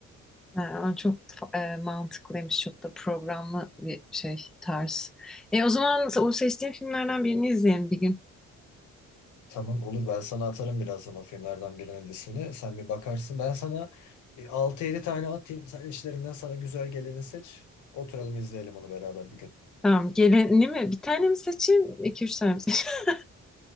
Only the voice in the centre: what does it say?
Ha, o çok e, mantıklıymış. Çok da programlı bir şey tarz. E, o zaman o seçtiğin filmlerden birini izleyelim bir gün.
Tamam. Geleni mi? Bir tane mi seçeyim? İki üç tane mi seçeyim?